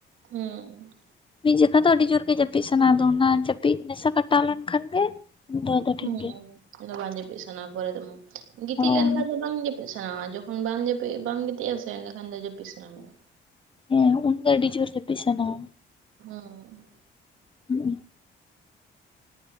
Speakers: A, on the right (about 85°); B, on the left (about 25°).
A: ᱦᱩᱸ
B: ᱢᱤ ᱡᱚᱠᱷᱟ ᱫᱚ ᱟᱹᱰᱤ ᱡᱳᱨ ᱜᱮ ᱡᱟᱹᱯᱤ ᱡᱟᱹᱯᱤ ᱥᱟᱱᱟ-ᱟ ᱟᱫᱚ ᱚᱱᱟ ᱡᱟᱹᱯᱤᱫ ᱱᱮᱥᱟ ᱠᱟᱴᱟᱣ ᱞᱮᱱᱠᱷᱟᱱ ᱜᱮ ᱫᱚ ᱟᱫᱚ
A: ᱦᱩᱸ
B: ᱴᱷᱤᱠ ᱜᱮ
A: ᱟᱫᱚ ᱵᱟᱝ ᱡᱟᱹᱯᱤᱫ ᱥᱟᱱᱟ ᱯᱚᱨᱮ ᱫᱚ ᱜᱤᱛᱤᱡ
B: ᱦᱚᱸ
A: ᱞᱮᱱᱠᱷᱟᱱ ᱫᱚ ᱵᱟᱝ ᱥᱟᱱᱟᱣᱟ ᱡᱚᱠᱷᱚᱱ ᱵᱟᱢ ᱡᱟᱹᱯᱤᱫ ᱵᱟᱢ ᱜᱤᱛᱤᱡ ᱟ ᱥᱮ ᱮᱸᱰᱮᱠᱷᱟᱱ ᱫᱚ ᱡᱟᱹᱯᱤᱫ ᱥᱟᱱᱟ ᱢᱮᱭᱟ
B: ᱦᱮᱸ ᱩᱱᱜᱟ ᱟᱹᱰᱤ ᱡᱳᱨ ᱡᱟᱹᱯᱤᱫ ᱥᱟᱱᱟᱣ ᱼᱟ।
A: ᱦᱩᱸ
B: ᱦᱩᱸ